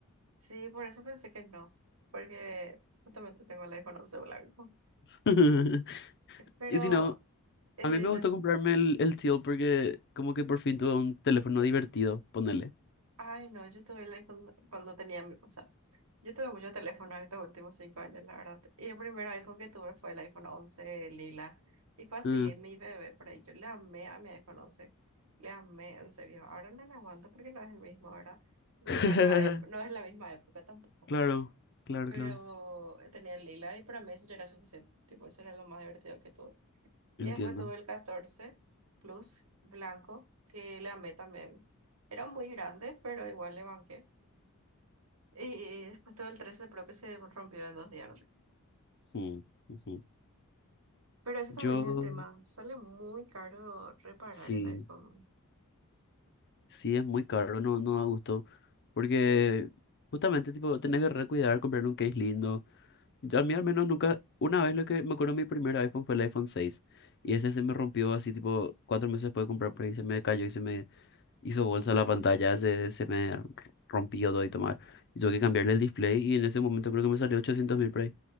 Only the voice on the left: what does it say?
<laughs>
Y si no,
a mí me
gustó comprarme el, el teal porque como que por fin tuve un teléfono divertido, ponele.
Ah.
<laughs>
Claro, claro,
claro.
Entiendo.
Mm, ujú.
Yo,
sí,
sí es muy caro, no, no da gusto. Porque justamente, tipo, tenés que recuidar, comprar un case lindo. Yo, a mí al menos nunca, una vez lo que me acuerdo mi primer iPhone fue el iPhone 6, Y ese se me rompió así, tipo, cuatro meses después de comprar, por ahí se me cayó y se me hizo bolsa la pantalla, se, se me rompió todo y tomar. Y tuve que cambiarle el display y en ese momento creo que me salió ochocientos mil por ahí.